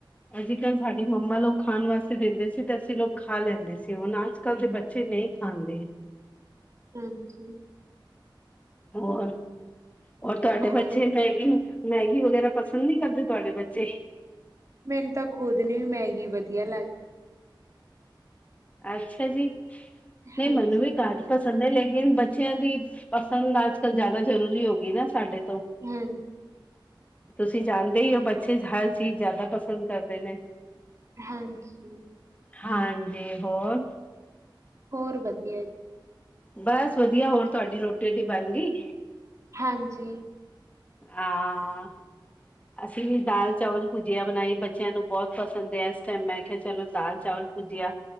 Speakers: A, on the left; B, on the right.
A: ਅਜ-ਕੱਲ੍ਹ ਸਾਡੀ ਮੰਮਾ ਲੋਕ ਖਾਣ ਵਾਸਤੇ ਦਿੰਦੇ ਸੀ ਤੇ ਅਸੀਂ ਲੋਕ ਖਾ ਲੈਂਦੇ ਸੀ। ਉਹ ਅੱਜ ਅੱਜ-ਕੱਲ ਦੇ ਬੱਚੇ ਨਹੀਂ ਖਾਂਦੇ।
B: ਹਾਂਜੀ
A: ਹੋਰ, ਹੋਰ ਤੁਹਾਡੇ
B: ਹੋਰ
A: ਬੱਚੇ ਮੈਂਗੀ ਮੈਗੀ ਵਗੈਰਾ ਪਸੰਦ ਨਹੀਂ ਕਰਦੇ ਤੁਹਾਡੇ ਬੱਚੇ
B: ਮੈਨੂੰ ਤਾਂ ਖੁਦ ਨੂੰ ਵੀ ਮੈਗੀ ਵਧੀਆ ਲੱਗਦੀ।
A: ਅੱਛਾ ਜੀ ਨਹੀਂ
B: ਹਾਂਜੀ,
A: ਮੈਨੂੰ ਵੀ ਕਾਟ ਪਸੰਦ ਹੈ ਲੇਕਿਨ ਬੱਚਿਆਂ ਦੀ ਪਸੰਦ ਅੱਜ-ਕੱਲ ਜ਼ਿਆਦਾ ਜ਼ਰੂਰੀ ਹੋ ਗਈ ਨਾ ਸਾਡੇ ਤੋਂ।
B: ਹੂੰ
A: ਤੁਸੀਂ ਜਾਣਦੇ ਹੀ ਹੋ ਬੱਚੇ ਹਰ ਚੀਜ਼ ਜ਼ਿਆਦਾ ਪਸੰਦ ਕਰਦੇ ਨੇ
B: ਹਾਂਜੀ
A: ਹਾਂਜੀ ਹੋਰ
B: ਹੋਰ ਵਧੀਆ ਜੀ
A: ਬਸ ਵਧੀਆ ਹੋਰ ਤੁਹਾਡੀ ਰੋਟੀ ਰੁਟੀ ਬਣ ਗਈ
B: ਹਾਂਜੀ
A: ਆਂ ਅਸੀਂ ਵੀ ਦਾਲ ਚਾਵਲ ਭੁਜੀਆ ਬਣਾਈ ਬੱਚਿਆਂ ਨੂੰ ਬਹੁਤ ਪਸੰਦ ਹੈ ਏਸ ਟਾਈਮ ਮੈਂ ਕਿਹਾ ਚਲੋ ਦਾਲ ਚਾਵਲ ਪੁੱਜਿਆ